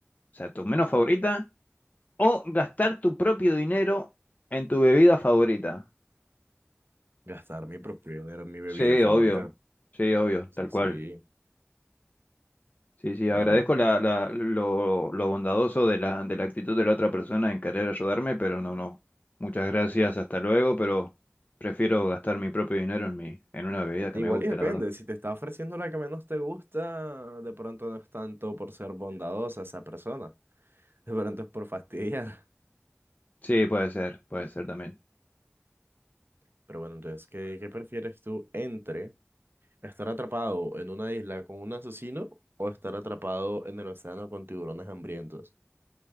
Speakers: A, on the left; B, on the right.
A: sea, tu menos favorita, O gastar tu propio dinero en tu bebida favorita.
B: <laughs> Gastar mi propio dinero en mi bebida
A: Sí,
B: favorita.
A: obvio. Sí, obvio,
B: Sí,
A: tal cual.
B: sí.
A: Sí, sí, agradezco
B: Bueno,
A: la, la- lo, lo bondadoso de la, de la actitud de la otra persona en querer ayudarme, pero no, no. Muchas gracias, hasta luego, pero prefiero gastar mi propio dinero en mi, en una bebida que
B: igual
A: me guste,
B: y depende.
A: la verdad.
B: Si te está ofreciendo la que menos te gusta, de pronto no es tanto por ser bondadosa esa persona. De pronto es por fastidiar.
A: Sí, puede ser, puede ser también.
B: <laughs> Pero bueno, entonces, ¿qué, qué prefieres tú entre estar atrapado en una isla con un asesino o estar atrapado en el océano con tiburones hambrientos?